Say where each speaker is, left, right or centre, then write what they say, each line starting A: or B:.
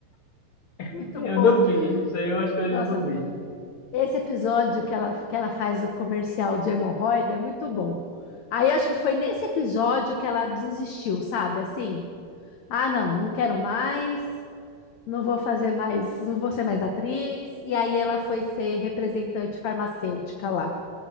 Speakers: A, on the left (about 40°); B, on the left (about 60°).
A: <laughs>
B: Muito
A: Eu
B: bom.
A: não vi. Isso aí eu acho que eu
B: Nossa,
A: não vi.
B: esse episódio que ela, que ela faz o comercial de hemorroida é muito bom. Aí acho que foi nesse episódio que ela desistiu, sabe? Assim. Ah, não, não quero mais, não vou fazer mais, não vou ser mais atriz. E aí ela foi ser representante farmacêutica lá.